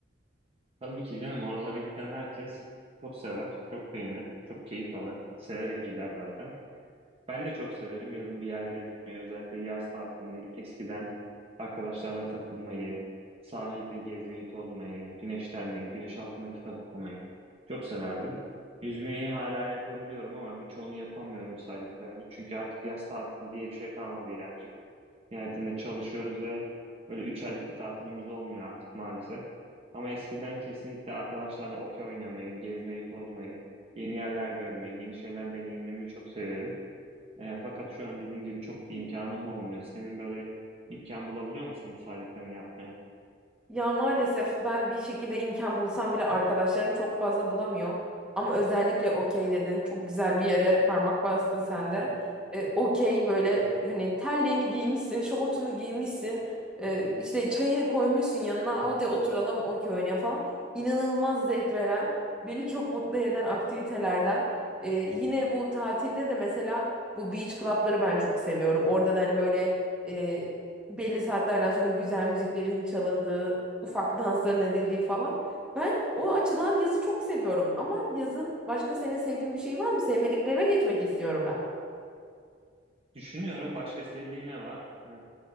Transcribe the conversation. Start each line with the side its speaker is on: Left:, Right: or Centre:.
Right: Tabii ki canım oralara giden herkes çok sever, çok beğenir, çok keyif alır. Severek gider zaten. Ben de çok severim yazın bir yerlere gitmeyi. Özellikle yaz tatilinde eskiden arkadaşlarla takılmayı, sahilde gezmeyi, tozmayı, güneşlenmeyi, güneş altında kitap okumayı çok severdim. Yüzmeyi hala yapabiliyorum ama birçoğunu yapamıyorum saydıklarımı. Çünkü artık yaz tatili diye bir şey kalmadı İremciğim. Nihayetinde çalışıyoruz ve böyle 3 aylık bir tatilimiz olmuyor artık maalesef. Ama eskiden kesinlikle arkadaşlarla okey oynamayı, gezmeyi, tozmayı, yeni yerler görmeyi, yeni şeyler deneyimlemeyi çok severim. E, fakat şu an dediğin gibi çok bir imkanım olmuyor. Senin böyle imkan bulabiliyor musun bu saydıklarını yapmaya?
Centre: Ya maalesef ben bir şekilde imkan bulsam bile arkadaşlarım çok fazla bulamıyor. Ama özellikle okey dedin. Çok güzel bir yere parmak bastın sen de. E, okey böyle hani terliğini giymişsin, şortunu giymişsin. e, işte çayını koymuşsun yanına. Hadi oturalım okey oynayalım falan. İnanılmaz zevk veren, beni çok mutlu eden aktivitelerden. E, yine bu tatilde de mesela bu beach club'ları ben çok seviyorum. Orada da hani böyle... e, belli saatlerden sonra güzel müziklerin çalındığı ufak dansların edildiği falan. Ben o açıdan yazı çok seviyorum ama yazın başka senin sevdiğin bir şey var mı? Sevmediklerime geçmek istiyorum ben.
Right: Düşünüyorum başka sevdiğin ne var? E,